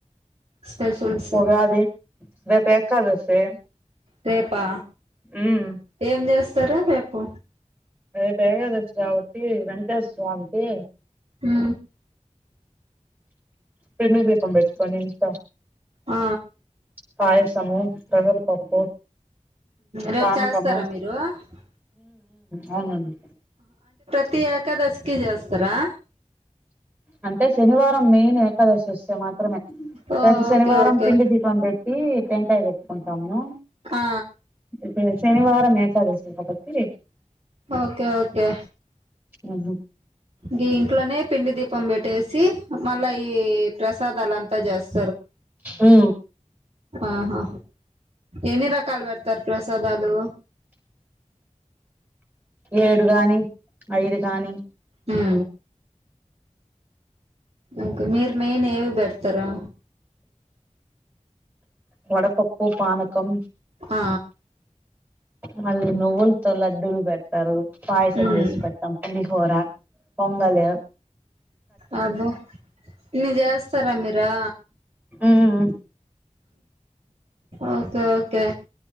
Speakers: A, on the right (about 50°); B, on the right (about 15°).
A: స్పెషల్స్
B: ఉగాది రేపు ఏకాదశి
A: రేపా
B: ఉమ్
A: ఏం చేస్తారు. రేపు
B: అపు ఏకాదశి కాబట్టి వెంకటేశ్వర స్వామికి
A: హ
B: పరు మీ దీపం పెట్టుకొని ఇంకా
A: ఆ
B: పయసమం పసారాపప్పు
A: రేపు
B: పానకము
A: చేస్తారా మీరు ఆహా
B: అవునండి
A: ప్రతి్యాకాదశకి చేస్తారా
B: అంటే శనివారం మెయిన్ ఏకాదశి వస్తు మాత్రమే
A: ఓ
B: అయితే శనివారం
A: ఓకే ఓకే
B: పిండి దీపం పెట్టి టంకాయ కట్టుకుంటాము
A: ఆ
B: ఇప్పుడు శనివారం ఏకాదశ పటిి
A: ఓకే ఓకే
B: ఉహు
A: దీ అట్లోనే పిండి దీపం పెట్టేసి మళ్ళా ఈ ప్రసాదాలుంతా చేస్త
B: ఆ
A: ఆహా ఎన్ని రకాలు బర్తారు ప్రసాదాలు
B: ఏడు కాని ఐదు కాగాని
A: ఆ ఓకే మీరు మెయిన్ ఏవి పెడతారా
B: వడపప్పు పనకం
A: ఆ
B: మళ్ళ నువ్వులతో లడ్డలు పెడతారు పాయసం
A: ఉమ్
B: వేసి పెడతాం పులిహోర పొంగాలి
A: అబో న చేస్తారా మీరా
B: ఉమ్
A: ఓకే ఓకే